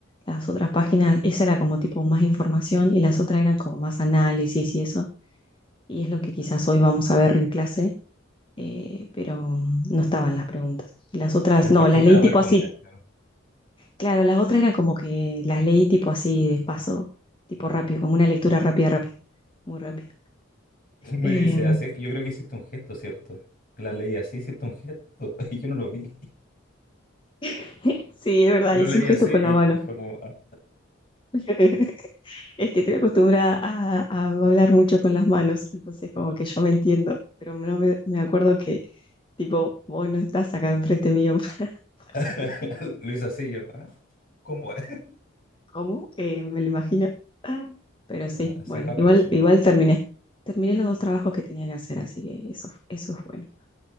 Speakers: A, on the left; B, on the left.
A: las otras páginas, esa era como tipo más información y las otras eran como más análisis y eso. Y es lo que quizás hoy vamos a ver en clase, eh, pero no estaban las preguntas. Y las otras,
B: Lo importante
A: no, las leí
B: era responder,
A: tipo así.
B: claro.
A: Claro, las otras eran como que las leí tipo así de paso, tipo rápido, como una lectura rápida, rápida, muy rápida.
B: <laughs> Me
A: Eh,
B: dice así, es que yo creo que hiciste un gesto, ¿cierto? La leí así, hiciste un gesto <laughs> y yo no lo vi.
A: <laughs> sí, es verdad,
B: Lo
A: hice
B: leí
A: un gesto
B: así
A: con
B: y
A: la mano.
B: fue como, ah.
A: <laughs> Es que estoy acostumbrada a, a hablar mucho con las manos, entonces como que yo me entiendo, pero no me, me acuerdo que tipo, vos no estás acá enfrente mío <laughs> para
B: <laughs>
A: ver
B: Lo hice así yo. ah, ¿Cómo? <laughs>
A: cómo, eh, me lo imagino. Pero sí,
B: Ah, Así
A: bueno,
B: rápido,
A: igual,
B: excelente.
A: igual terminé. Terminé los dos trabajos que tenía que hacer, así que eso, eso es bueno.